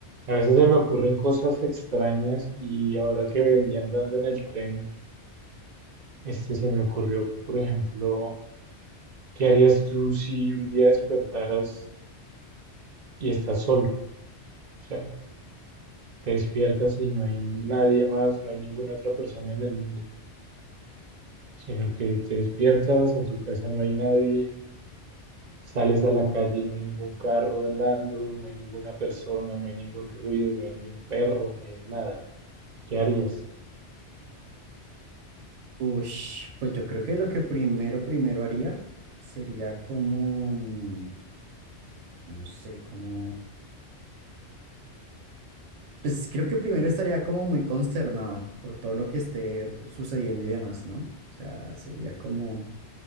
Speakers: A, on the right (about 50°); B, on the right (about 85°).
A: A veces se me ocurren cosas extrañas y ahora que venía andando en el tren, este se me ocurrió, por ejemplo, ¿qué harías tú si un día despertaras y estás solo? O sea, te despiertas y no hay nadie más, no hay ninguna otra persona en el mundo, sino que te despiertas, en tu casa no hay nadie, sales a la calle y no hay ningún carro andando, no hay ninguna persona, no hay ningún ruido, no hay ni un perro, no hay nada. ¿Qué harías?
B: Ush, pues yo creo que lo que primero, primero haría sería como, mm, no sé, como, pues creo que primero estaría como muy consternado por todo lo que esté sucediendo y demás, ¿no? O sea, sería como,